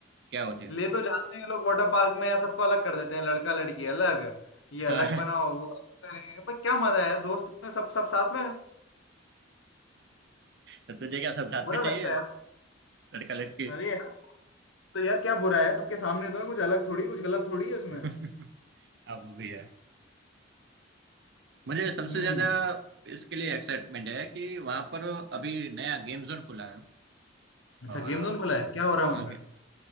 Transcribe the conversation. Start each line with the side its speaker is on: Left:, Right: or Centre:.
Right: क्या होती है
Left: ले तो जाते हैं लोग वाटर पार्क में यार सबको अलग कर देते हैं लड़का लड़की अलग ये
Right: <laughs>
Left: अलग बनाओ वो अलग करेंगे पर क्या मजा है यार दोस्त ने सब सब साथ में है
Right: तो तुझे क्या सब साथ
Left: यार, बुरा
Right: में चाहिए
Left: लगता है यार
Right: लड़का लड़की
Left: अरे यार तो यार क्या बुरा है सबके सामने तो है कुछ अलग थोड़ी कुछ गलत थोड़ी है उसमें
Right: <laughs> हाँ वो भी है मुझे सबसे
Left: हम्म
Right: ज्यादा इसके लिए एक्साइटमेंट है कि वहां पर अभी नया गेम जोन खुला है
Left: अच्छा
Right: और
Left: गेम जोन
Right: उस
Left: खुला है क्या हो रहा है
Right: हाँ
Left: वहाँ पे